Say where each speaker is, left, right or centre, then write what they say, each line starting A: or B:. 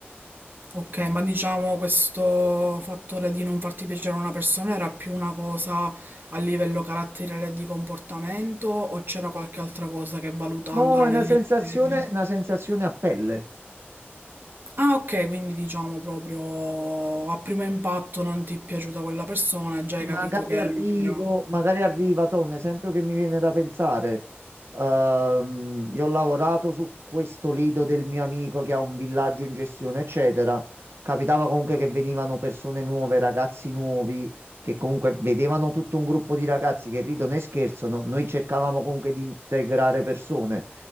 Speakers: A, on the right (about 50°); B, on the right (about 70°).
A: Ok, ma diciamo questo fattore di non farti piacere a una persona era più una cosa a livello caratteriale e di comportamento o c'era qualche altra cosa che valutandola
B: No, è
A: nell'insieme?
B: una sensazione, una sensazione a pelle.
A: Ah, ok, quindi diciamo proprio a primo impatto non ti è piaciuta quella persona, già
B: Magari
A: hai capito che
B: arrivo,
A: non era.
B: magari arriva, to, un esempio che mi viene da pensare. Ehm, io ho lavorato su questo lido del mio amico che ha un villaggio in gestione, eccetera. Capitava comunque che venivano persone nuove, ragazzi nuovi, che comunque vedevano tutto un gruppo di ragazzi che ridono e scherzano. Noi cercavamo comunque di integrare persone.